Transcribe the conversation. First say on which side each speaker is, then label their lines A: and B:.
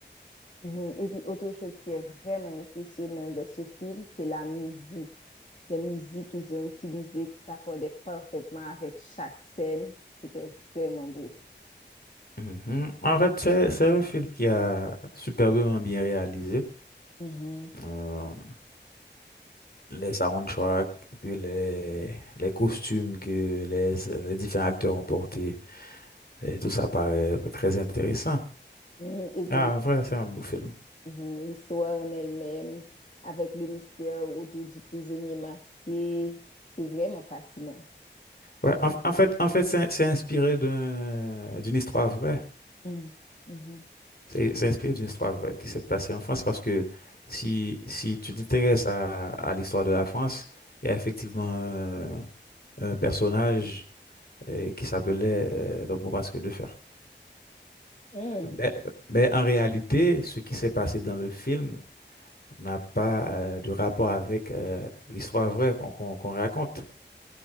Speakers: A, on the left (about 40°); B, on the left (about 55°).
A: mhm. Et puis, autre chose qui est vraiment impressionnant dans ce film, c'est la musique. Les musiques qu'ils ont utilisées qui s'accordaient parfaitement avec chaque scène. C'était vraiment beau.
B: Mhm. En fait, c'est c'est un film qui a superbement bien réalisé.
A: Mhm.
B: Euh, les soundtracks, puis les, les costumes que les, les différents acteurs ont portés, et tout ça paraît très intéressant.
A: Mhm. Et puis
B: Ah,
A: l'his-
B: en vrai, c'est un beau film.
A: mhm. l'histoire en elle-même, avec le mystère autour du prisonnier masqué, c'est vraiment fascinant.
B: Ouais, en, en fait, en fait, c'est c'est inspiré d'un- d'une histoire vraie.
A: Mhm. Mhm.
B: C'est c'est inspiré d'une histoire vraie qui s'est passée en France parce que si, si tu t'intéresses à, à l'histoire de la France, il y a effectivement euh, un, personnage euh, qui s'appelait euh, donc Montbasque de Fer.
A: Mhm.
B: Mais, mais en réalité, ce qui s'est passé dans le film n'a pas euh, de rapport avec euh, l'histoire vraie qu'on qu'on qu'on raconte,